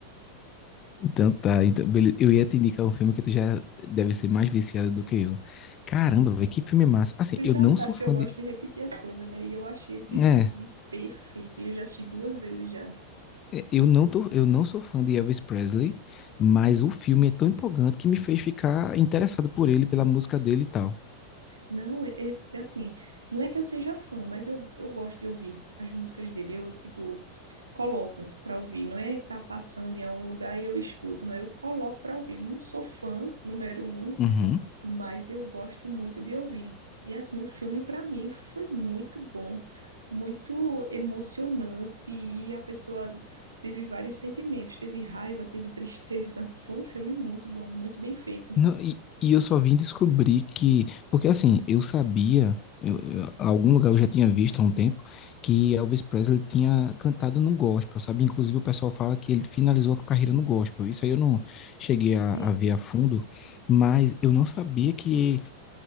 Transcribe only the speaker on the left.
Então tá, então, beleza. Eu ia te indicar um filme que tu já deve ser mais viciado do que eu. Caramba, velho, que filme massa. Assim,
eu
não
sou
fã
de.
É,
É, Eu não tô, eu não sou fã de Elvis Presley, mas o filme é tão empolgante que me fez ficar interessado por ele, pela música dele e tal.
Uhum.
Não, e, e eu só vim descobrir que, porque assim, eu sabia, eu, eu- algum lugar eu já tinha visto há um tempo, que Elvis Presley tinha cantado no gospel, sabe? Inclusive o pessoal fala que ele finalizou a carreira no gospel. Isso aí eu não cheguei
a, a ver a fundo, mas eu não sabia que